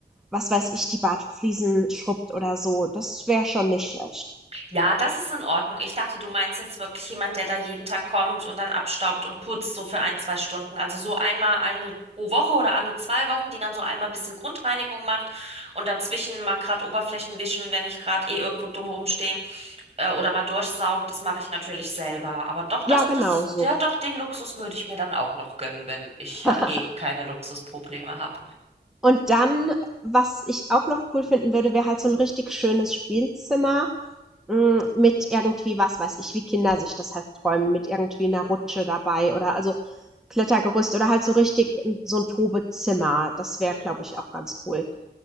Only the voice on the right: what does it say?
Ja, das ist in Ordnung. Ich dachte, du meinst jetzt wirklich jemand, der da jeden Tag kommt und dann abstaubt und putzt, so für ein, zwei Stunden. Also so einmal eine pro Woche oder alle zwei Wochen, die dann so einmal ein bisschen Grundreinigung macht und dazwischen mal gerade Oberflächen wischen, wenn ich gerade eh irgendwo dumm rumstehe. äh, oder mal durchsaugen, das mache ich natürlich selber. Aber doch, das,
das,
ja, doch, den Luxus würde ich mir dann auch noch gönnen, wenn ich ja
eh keine Luxusprobleme habe.
Hm.